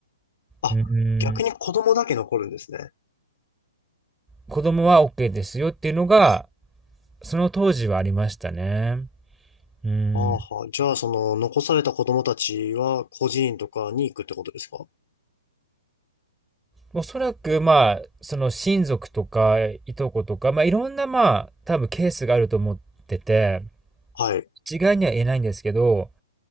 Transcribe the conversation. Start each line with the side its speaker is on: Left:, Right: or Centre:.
Left: あ、
Centre: うん、
Left: 逆に子供だけ残るんですね。
Centre: 子供は OK ですよっていうのが、その当時はありましたね。うん。
Left: はあはあ。じゃあ、その、残された子供たちは、孤児院とかに行くってことですか
Centre: おそらく、まあ、その親族とか、いとことか、まあ、いろんな、まあ、多分ケースがあると思ってて、
Left: はい。
Centre: 一概には言えないんですけど、